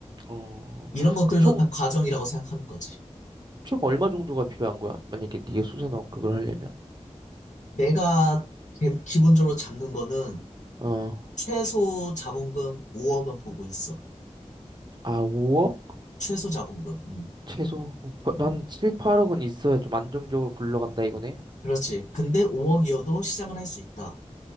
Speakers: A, on the right; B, on the left.
A: 어.
B: 이런 것들도
A: 그럼 총,
B: 다 과정이라고 생각하는 거지.
A: 총 얼마 정도가 필요한 거야? 만약에 네가 수산업 그걸 하려면.
B: 내가 개- 기본적으로 잡는 거는
A: 어.
B: 최소 자본금 5억은 보고 있어.
A: 아, 5억?
B: 최소 자본금. 음,
A: 최소? 그럼 버-
B: 음.
A: 한 7, 8억은 있어야 좀 안정적으로 굴러간다 이거네?
B: 그렇지. 근데 5억이어도 시작은 할 수 있다.